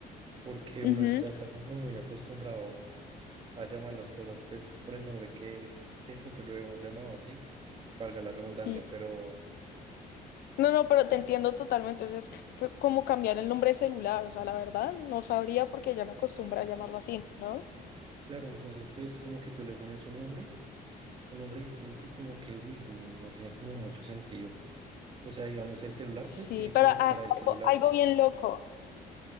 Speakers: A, on the right; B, on the left.
A: porque
B: Ujú.
A: uno ya está como muy acostumbrado a llamar las cosas pues por el nombre que, que siempre lo hemos llamado sí. valga la redundancia,
B: Sí.
A: pero
B: No, no, pero te entiendo totalmente. O sea, es c- como cambiar el nombre de celular. O sea, la verdad, no sabría porque ya me acostumbré a llamarlo así, ¿no?
A: claro, entonces pues como que tú le pones un nombre, un nombre distinto y como que, uy, no tiene como mucho sentido. O sea, digamos, el celular
B: Sí,
A: pues tiene como
B: pero ah,
A: cara de celular.
B: algo, algo bien loco.